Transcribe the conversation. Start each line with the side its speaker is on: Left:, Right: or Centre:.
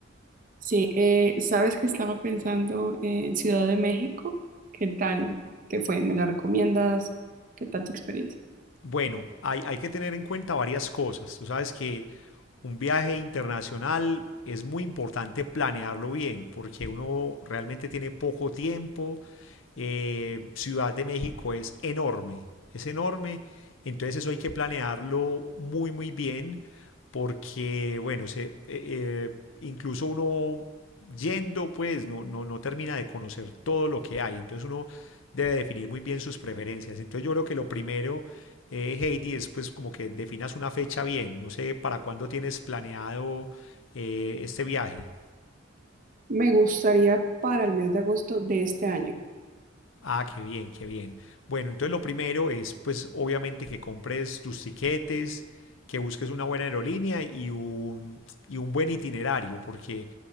Right: Sí, eh, sabes que estaba pensando en Ciudad de México. ¿Qué tal te fue? ¿Me la recomiendas? ¿Qué tal tu experiencia?
Left: Bueno, hay, hay que tener en cuenta varias cosas. Tú sabes que un viaje internacional es muy importante planearlo bien porque uno realmente tiene poco tiempo eh, Ciudad de México es enorme, es enorme, entonces eso hay que planearlo muy, muy bien, porque, bueno, se, eh, eh, incluso uno yendo, pues, no, no, no termina de conocer todo lo que hay, entonces uno debe definir muy bien sus preferencias. Entonces yo creo que lo primero, eh, Heidi, es pues como que definas una fecha bien. No sé para cuándo tienes planeado eh, este viaje.
Right: Me gustaría para el mes de agosto de este año.
Left: Ah, qué bien, qué bien. Bueno, entonces lo primero es, pues, obviamente que compres tus tiquetes, que busques una buena aerolínea y un, y un buen itinerario, porque,